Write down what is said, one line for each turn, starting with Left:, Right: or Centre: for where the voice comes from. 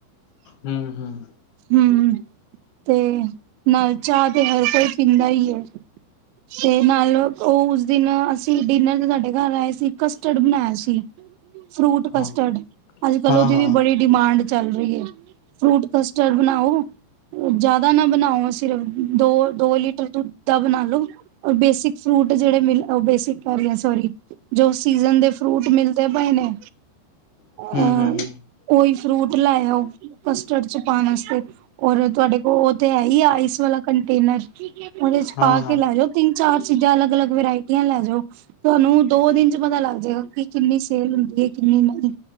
Left: ਹੂੰ
Right: ਹੂੰ। ਤੇ ਨਾਲ ਚਾਹ ਦੇ ਹ ਕੋਈ ਪੀਂਦਾ ਈ ਏ ਤੇ ਨਾਲੋ ਓਹ ਉਸ ਦਿਨ ਅਸੀਂ ਡਿਨਰ ਤੇ ਸਾਡੇ ਘਰ ਆਏ ਸੀ। ਕਸਟਰਡ ਬਣਾਆ ਸੀ, ਫਰੂਟ
Left: ਹਾਂ,
Right: ਕਸਟਰਡ। ਅੱਜ ਕਲ
Left: ਹਾਂ,
Right: ਔਦੀ
Left: ਹਾਂ
Right: ਵੀ ਬੜੀ ਡਿਮਾਂਡ ਹਾਂ ਜੀ ਫਰੂਟ ਕਸਟਰਡ ਬਣਾਓ ਜੈਦਾ ਨਾ ਬਣਾਓ, ਸਿਰਫ ਦੋ ਦੋ ਲੀਟਰ ਦੁੱਧ ਦਾਂ ਬਣਾ ਲੋ। ਔਰ ਬੇਸਿਕ ਫਰੂਟ ਜੇੜੇ ਮਿਲ ਔ ਬੇਸਿਕ ਟੋਰੀ ਔ ਸੋਰੀ ਜੋ ਸੀਜਨ ਦੇ ਫਰੂਟ ਮਿਲ ਦੇ ਪਏ ਨੇ।
Left: ਹੂੰ,
Right: ਹਾਂ,
Left: ਹੂੰ, ਹੂੰ
Right: ਔਈ ਫਰੂਟ ਲੈ ਆਓ, ਕਸਟਰਡ ਚ ਪਾਣ ਵਾਸਤੇ ਔਰ ਤੁਹਾਡੇ ਕੋਲ ਔ ਤੇ ਹੈ ਈ ਆ ਆਈਸ ਵਾਲਾ ਕੰਟੇਨਰ। ਔਦੇ ਚ
Left: ਹਾਂ,
Right: ਪਾ
Left: ਹਾਂ
Right: ਕੇ ਲੈ ਜੋ, ਤਿੰਨ ਚਾਰ ਚ ਚੀਜ਼ਾਂ ਅਲੱਗ ਅਲੱਗ ਵਰਾਇਟੀਆਂ ਲੈ ਜੋ। ਤੁਹਾਨੂੰ ਦੋ ਦਿਨ ਚ ਪਤਾ ਲੱਗ ਜੇਗਾ ਕਿ ਕਿੰਨੀ ਸੇਲ ਹੁੰਦੀ ਏ, ਕਿੰਨੀ ਨਹੀਂ।